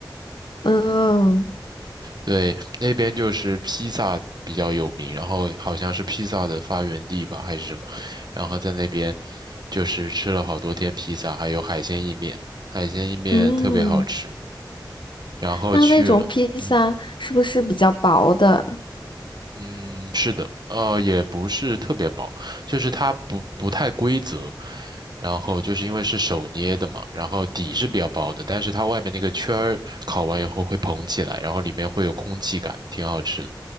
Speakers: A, on the left; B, on the right.
A: 嗯
B: 对，那边就是披萨比较有名，然后好像是披萨的发源地吧，还是什么，然后在那边就是吃了好多天披萨，还有海鲜意面，海鲜意面特别好吃，
A: 嗯，
B: 然后去了，
A: 那那种披萨是不是比较薄的？
B: 嗯嗯，是的，呃，也不是特别薄，就是它不不太规则，然后就是因为是手捏的嘛，然后底是比较薄的，但是它外面那个圈儿烤完以后会膨起来，然后里面会有空气感，挺好吃的。